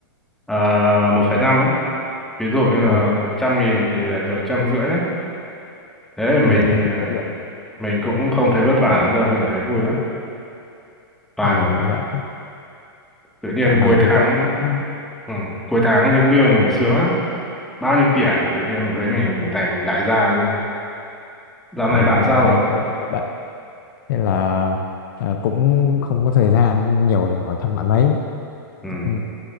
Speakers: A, in the centre; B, on the left (about 55°).
A: uh, một phẩy năm ấy. Ví dụ như là
B: Ồ,
A: trăm nghìn thì được trăm rưỡi thế mình
B: ừ, thế cũng chất lượng.
A: ờ, mình cũng không thấy vất vả lắm đâu mình thấy vui lắm toàn
B: Ờ,
A: ờ,
B: dạo,
A: tự nhiên
B: dạo này
A: cuối tháng
B: thì tôi cũng
A: ừ, cuối tháng lĩnh lương sướng lắm bao nhiêu tiền tự nhiên thấy mình thành đại gia luôn dạo
B: ờ,
A: này bạn
B: dạo
A: sao
B: này
A: rồi
B: tôi cũng hơi bận. Thế là ờ, cũng không có thời gian nhiều để hỏi thăm bạn mấy.
A: ừ,
B: Ừ,